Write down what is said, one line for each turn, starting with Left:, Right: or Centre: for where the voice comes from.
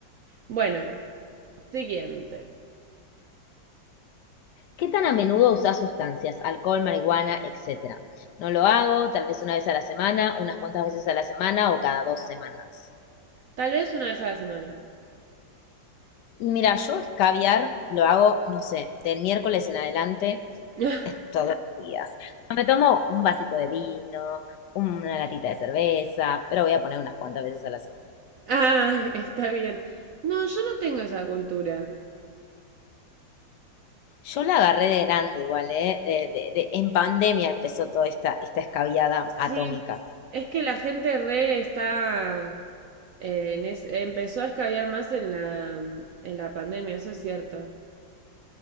Right: Bueno, siguiente.
Left: ¿Qué tan a menudo usás sustancias? Alcohol, marihuana, etcétera. No lo hago, tal vez una vez a la semana, unas cuantas veces a la semana o cada dos semanas.
Right: Tal vez una vez a la semana.
Left: Y mira, yo escabiar lo hago, no sé, del miércoles en adelante,
Right: <laughs>
Left: es todos los días. Me tomo un vasito de vino, una latita de cerveza, pero voy a poner unas cuantas veces a la semana.
Right: Ay, está bien. No, yo no tengo esa cultura.
Left: Yo la agarré de grande igual, ¿eh? De- de- de- en pandemia empezó toda esta, esta escabiada
Right: Sí,
Left: atómica.
Right: es que la gente re está eh, en es- empezó a escabiar más en la, mm, en la pandemia, eso es cierto.